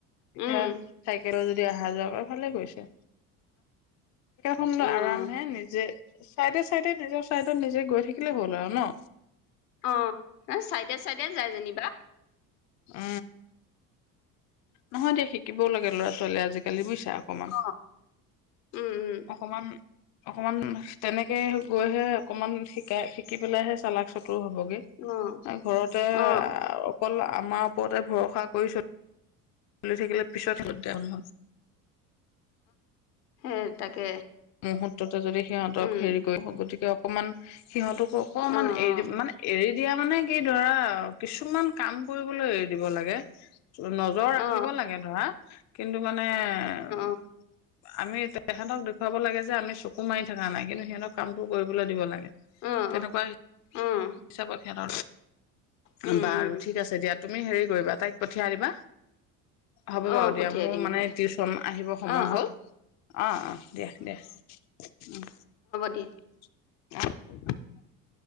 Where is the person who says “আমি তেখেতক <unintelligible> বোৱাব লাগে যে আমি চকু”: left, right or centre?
Left